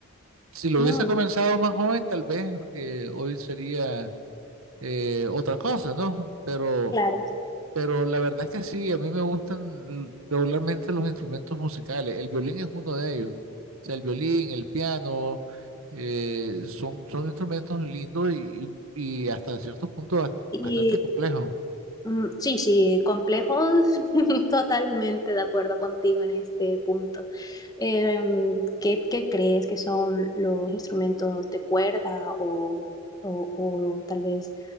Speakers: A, on the right; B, on the left.
A: Si lo
B: Mm.
A: hubiese comenzado más joven, tal vez eh, hoy sería eh, otra cosa, ¿no? Pero
B: Claro.
A: pero la verdad es que sí, a mí me gustan l- regularmente los instrumentos musicales. El violín es uno de ellos. O sea, el violín, el piano, eh, son, son instrumentos lindos y, y- y hasta cierto punto bast-
B: Y
A: bastante complejos.
B: mm, sí, sí, complejo, <laughs> totalmente de acuerdo contigo en este punto. Eh, em, ¿qué, qué crees que son los instrumentos de cuerda o, o- o tal vez